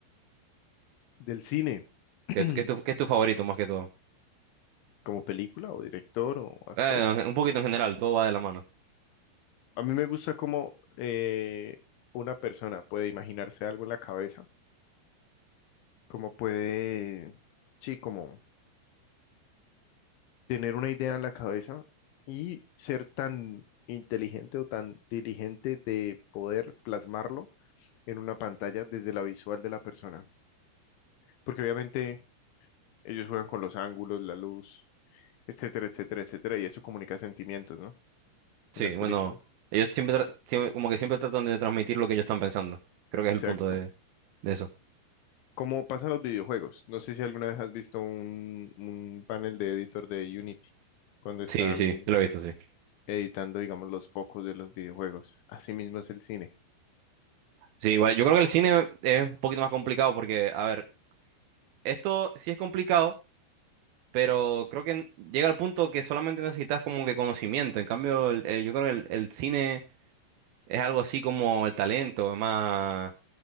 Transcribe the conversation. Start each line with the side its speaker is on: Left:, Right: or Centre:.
Left: Del cine, <clears throat>
Right: ¿Qué, qué es tu, qué es tu favorito más que todo?
Left: como película o director o actor,
Right: Eh, un poquito en general, todo va de la mano.
Left: a mí me gusta cómo eh, una persona puede imaginarse algo en la cabeza, cómo puede, sí, como tener una idea en la cabeza y ser tan inteligente o tan diligente de poder plasmarlo en una pantalla desde la visual de la persona. Porque obviamente Ellos juegan con los ángulos, la luz, etcétera, etcétera, etcétera, y eso comunica sentimientos, ¿no?
Right: Sí,
Left: En las películas.
Right: bueno, ellos siempre, tra- siempre- como que siempre tratan de transmitir lo que ellos están pensando. Creo que
Left: Exacto.
Right: es el punto de, de eso.
Left: Como pasa en los videojuegos. No sé si alguna vez has visto un, un panel de editor de Unity, cuando están
Right: Sí, sí, yo lo he visto, sí.
Left: editando, digamos, los focos de los videojuegos. Así mismo es el cine.
Right: Sí, igual, yo creo que el cine es un poquito más complicado porque, a ver, esto sí es complicado, pero creo que llega al punto que solamente necesitas como que conocimiento. En cambio, el- el- yo creo que el el cine... Es algo así como el talento, es más,